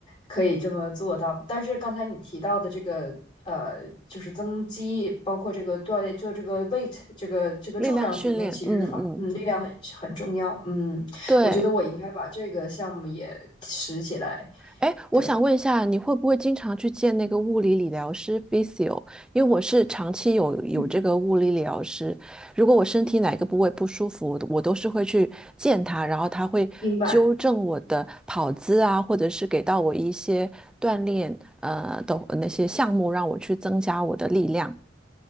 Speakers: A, on the left; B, in the centre.
A: 可以这么做到。但是刚才你提到的这个呃，就是增肌，包括这个锻炼，做这个 weight 这个这个重量训练，
B: <laughs> 力量训练，
A: 其实很嗯，
B: 嗯嗯，
A: 力量很很重要。嗯，
B: 对，
A: 我觉得我应该把这个项目也拾起来。
B: 哎，我想问一下，
A: 对，
B: 你会不会经常去见那个物理理疗师 physio？因为我是长期有有这个物理理疗师，
A: 嗯，
B: 如果我身体哪个部位不舒服，我都是会去见他，然后他会纠正我的跑姿啊，
A: 明白。
B: 或者是给到我一些锻炼呃的那些项目，让我去增加我的力量。